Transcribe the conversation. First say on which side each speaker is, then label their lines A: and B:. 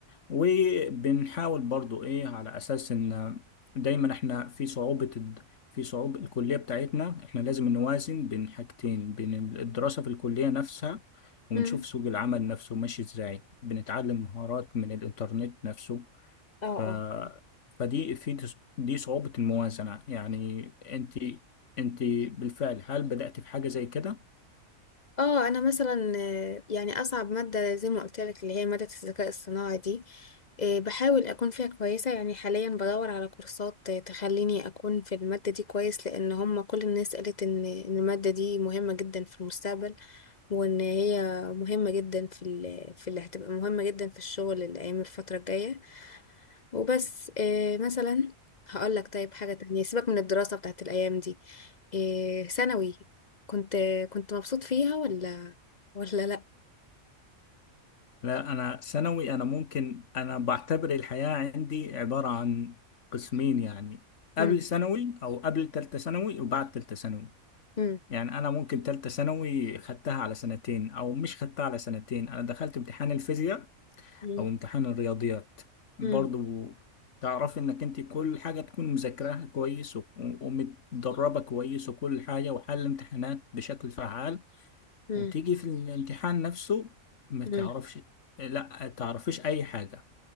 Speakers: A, on the left; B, on the left.
A: وبنحاول برضو ايه على اساس ان دايما احنا في صعوبة الد- في صعوبة الكلية بتاعتنا احنا لازم نوازن بين حاجتين بين الدراسة في الكلية نفسها ونشوف
B: مم.
A: سوق العمل نفسه ماشي ازاي بنتعلم مهارات من الانترنت نفسه
B: اه
A: ف...
B: اه
A: فدي في دي صعوبة الموازنة يعني انت انت بالفعل هل بدأت في حاجة زي كده؟
B: اه انا مثلا آه، يعني اصعب مادة زي ما قلت لك اللي هي مادة الذكاء الصناعي دي آه، بحاول اكون فيها كويسة يعني حاليا بدور على كورسات آه، تخليني اكون في المادة دي كويس لان هم كل الناس قالت ان إن المادة دي مهمة جدا في المستقبل وان هي مهمة جدا في ال... في اللي هتبقى مهمة جدا في الشغل الايام الفترة الجاية وبس إيه مثلا هقول لك طيب حاجة تانية سيبك من الدراسة بتاعت الأيام دي إيه ثانوي كنت كنت مبسوط فيها ولا ولا لأ
A: لا أنا ثانوي أنا ممكن أنا بعتبر الحياة عندي عبارة عن قسمين يعني قبل
B: مم،
A: ثانوي أو قبل تالتة ثانوي وبعد تالتة ثانوي
B: مم،
A: يعني أنا ممكن تالتة ثانوي خدتها على سنتين أو مش خدتها على سنتين أنا دخلت امتحان الفيزياء
B: مم،
A: أو امتحان الرياضيات برضو
B: مم،
A: تعرف إنك أنت كل حاجة تكون مذاكراها كويس و- ومتدربة كويس وكل حاجة وحل امتحانات بشكل فعال
B: مم،
A: وتيجي في الامتحان نفسه ما
B: مم،
A: تعرفش لا تعرفيش اي حاجة